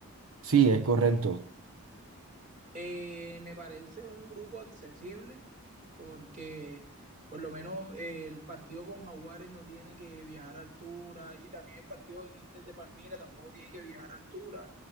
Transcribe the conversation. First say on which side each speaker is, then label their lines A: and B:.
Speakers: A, on the right; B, on the right.
A: Sí, es correcto.
B: Eh, me parece un grupo accesible porque por lo menos eh, el partido con Jaguares no tiene que viajar a altura y también el partido en Inter de Palmira tampoco tiene que viajar a altura,